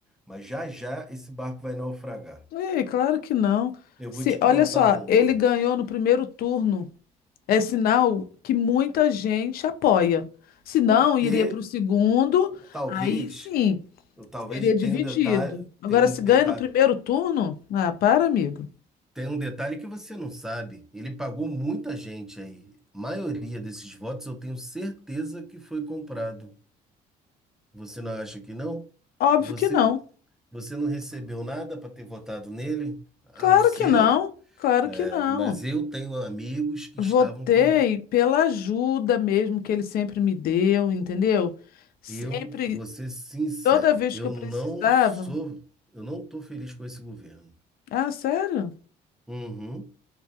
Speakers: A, in the centre; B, on the left (about 65°).
A: Mas já já esse barco vai naufragar.
B: Ei, claro que não.
A: Eu
B: Se,
A: vou te contar
B: olha só,
A: uma.
B: ele ganhou no primeiro turno. É sinal que muita gente apoia. Se não,
A: Porque
B: iria para o segundo,
A: talvez,
B: aí sim,
A: talvez
B: seria dividido.
A: tenha um detalhe,
B: Agora,
A: tem um
B: se
A: detalhe,
B: ganha no primeiro turno, ah, para, amigo.
A: tem um detalhe que você não sabe. Ele pagou muita gente aí. A maioria desses votos eu tenho certeza que foi comprado. Você não acha que não?
B: Óbvio
A: Você
B: que não.
A: Você não recebeu nada para ter votado nele? A
B: Claro
A: não ser.
B: que não. Claro
A: É,
B: que não.
A: mas eu tenho amigos que
B: Votei
A: estavam com.
B: pela ajuda mesmo que ele sempre me deu, entendeu? Sempre
A: Eu vou ser sincero,
B: Toda vez
A: eu
B: que eu precisava.
A: não sou. Eu não estou feliz com esse governo.
B: Ah, sério?
A: Uhum.